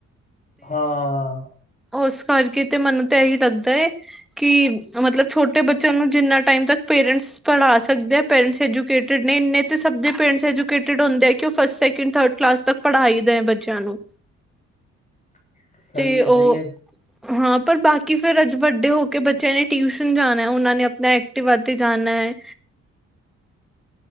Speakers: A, on the left; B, in the centre.
A: ਹਾਂ।
B: ਉਸ ਕਰਕੇ ਤੇ ਮੈਨੂੰ ਤੇ ਇਹੀ ਲੱਗਦਾ ਹੈ ਕਿ ਮਤਲਬ ਛੋਟੇ ਬੱਚਿਆਂ ਨੂੰ ਜਿੰਨਾ ਟਾਈਮ ਤੱਕ ਪੇਰੈਂਟਸ ਪੜ੍ਹਾ ਸਕਦੇ ਆ, ਪੇਰੈਂਟਸ ਐਜੂਕੇਟਿ ਨੇ ਇਨੇ ਤਾਂ ਸਭ ਪੇਰੈਂਟਸ ਜੂਕੇਟਿਡ ਹੁੰਦੇ ਆ ਕਿ ਉਹ ਫਸਟ ਸ ਥਰਡ ਕਲਾਸ ਤੱਕ ਪੜ੍ਹਾਈ ਦਾ, ਬੱਚਿਆਂ ਨੂੰ
A: <inaudible> ਸਹੀ
B: ਤੇ
A: ਹੈ
B: ਉਹ
A: ਸਹੀ ਹੈ
B: ਹਾਂ, ਪਰ ਬਾਕੀ ਫੇਰ ਅੱਜੇ ਵੱਡੇ ਹੋ ਕੇ ਬੱਚਿਆਂ ਨੇ ਟਿਊਸ਼ਨ ਜਾਣਾ ਉਹਨਾਂ ਨੇ ਆਪਣਾ ਵਡੇ ਹੋਕੇ ਤੇ ਜਾਣਾ ਹੈ।